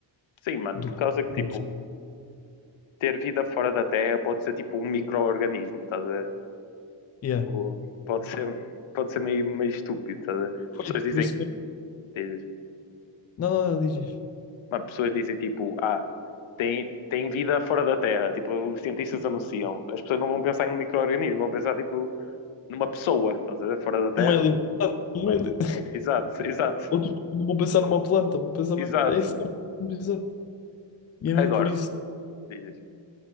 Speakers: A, on the left; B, on the left.
A: Sim, mano,
B: do
A: por
B: que
A: causa
B: propriamente
A: que, tipo, ter vida fora da Terra pode ser tipo um micro-organismo, estás a ver?
B: é.
A: Tipo, Pode ser, pode ser meio, meio estúpido, estás a ver?
B: Pois,
A: Pessoas dizem,
B: por isso mesmo.
A: dizes,
B: Não, não, não, dizes?
A: mas pessoas dizem tipo, ah, tem, tem vida fora da Terra, tipo, os cientistas anunciam. As pessoas não vão pensar em um micro-organismo, vão pensar tipo numa pessoa, estás a ver? Fora da Terra.
B: Um alien. Ah, Um alien. <laughs>
A: Exato, exato,
B: Ou, tipo, não vou pensar numa planta, vou pensar
A: exato.
B: mesmo... É isso, exato. E é mesmo
A: Agora,
B: por isso...
A: dizes,